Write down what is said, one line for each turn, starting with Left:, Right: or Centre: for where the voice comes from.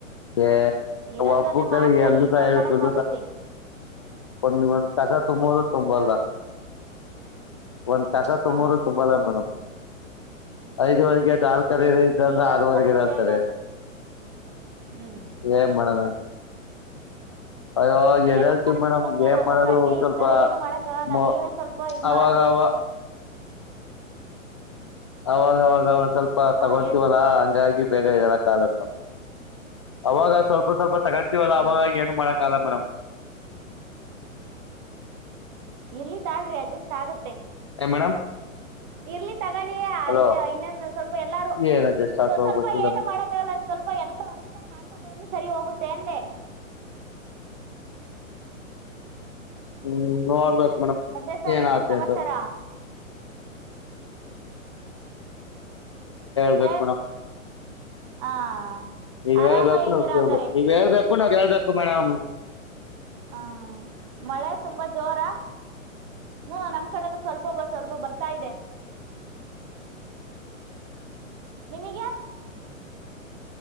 Left: <unintelligible>
Right: ಇರೋದ್ರಲ್ಲೇ ಮಾಡ್ಕಳಿ ಇನ್ನೇನ್ ಮಾಡಕ್ ಆಗತ್ತೆ
Left: ಒಂದು ಒಂದು ಕಸ ತುಂಬ ಅಂದ್ರು ತುಂಬಲ್ಲ.
Right: ಹ
Left: ಒಂದ್ ಕಸ ತುಂಬೋರು
Right: ಹ
Left: ತುಂಬಲ್ಲ ಮೇಡಮ್ ಐದುವರೆಗೆ ಎದ್ದ ಹಾಲ್ ಕರಿ ಇದ
Right: ನೀವೇ
Left: ಆರವರೆಗೆರ್ತಾರೆ
Right: ಒಂದ್ ಸ್ವಲ್ಪ ಬೇಗ ಇದ್ ಹ್ಮ್
Left: ಏನ್ ಮಾಡೋಣ. ಅಯ್ಯೋ ಎದ್ದೇಳ್ತೀವಿ
Right: ಏನು ಮಾಡಂಗಿಲ್ಲ
Left: ಮೇಡಮ್
Right: ಸರ್
Left: ಏನ್
Right: ಒಬ್ಬೊಬ್ರು
Left: ಮಾಡೋದು
Right: ಹಂಗೆ
Left: ಒಂದ್ ಸ್ವಲ್ಪ
Right: ಇರ್ತಾರೆ ಏನು ಮಾಡಕ್ಕಾಗಲ್ಲ
Left: ಮೊ
Right: ನೀವೇ ಸ್ವಲ್ಪ ಇದ್
Left: ಅವಾಗ
Right: ಮಾಡ್ಬೇಕು.
Left: ಅವ ಅವಾಗವಾಗ ಒಂದ್ ಸ್ವಲ್ಪ
Right: ಹಾ
Left: ತಗೊತೀವಲ್ಲಾ
Right: ಹೇಳಿ
Left: ಹಂಗಾಗಿ. ಬೇಗ ಎಳಕ ಆಗಲ್ಲಾ ಅವಾಗ ಸ್ವಲ್ಪ ಸ್ವಲ್ಪ. ತಗಂತೀವಲ್ಲ
Right: ಹಾ
Left: ಅವಾಗ ಏನು ಮಾಡಕ್ಕಲ್ಲ ಮೇಡಮ್
Right: ಇಲ್ಲಿ ತಾಳ್ರಿ ಅಡ್ಜಸ್ಟ್ ಆಗತ್ತೆ
Left: ಏ ಮೇಡಮ್
Right: ಇರ್ಲಿ ತಗೊಳ್ಳಿಇನ್ನ
Left: ಹಲೋ
Right: ಇನ್ನೊಂದು ಸ್ವಲ್ಪ ಎಲ್ಲಾರು
Left: ಏನ ಜಸ್ಟ್ ಆತೋ
Right: ಸ್ ಸ್ವಲ್ಪ
Left: ಗೊತ್ತಿಲ್ಲ
Right: ಏನನು ಮಾಡಕ್ಕಲ್ಲ ಸ್ವಲ್ಪ ಎಲ್ಲರೂ ಅರ್ತ್ಕೊಂಡ್ ಮಾಡ್ಕೊಂಡ್ ಹೋದ್ರೆ ಸರಿ ಹೋಗುತ್ತೆ ಅಂದೆ
Left: ಹ್ಮ್ ನೋಡ್ಬೇಕಕ್ ಮೇಡಮ್
Right: ಮತ್ತೆ ಸರ್
Left: ಏನತ
Right: ಇನ್ನೇನು ಸಮಾಚಾರ
Left: ಅಂತ ಳ್ಬತ್
Right: ಸರ್
Left: ಮಣ
Right: ಹಾಂ
Left: ನೀವ್
Right: ಆರಾಮಾಗಿ
Left: ಹೇಳ್ಬೇಕು
Right: ಇದ್ದೀರಾ
Left: ನ ಕೇಳ್ಬೇಕ
Right: ಹಂಗಾರೆ
Left: ನೀವ್ ಹೇಳ್ಬೇಕು ನಾವ ಹೇಳ್ಬೇಕು ಮೇಡಮ್
Right: ಹಾ ಮಳೆ ತುಂಬಾ ಜೋರ ಹ್ಮ ನಮ ಕಡೆನೂ ಸ್ವಲ್ಪೊಬ ಸ್ವಲ್ಪ ಬರ್ತಾ ಇದೆ ನಿಮಗೆ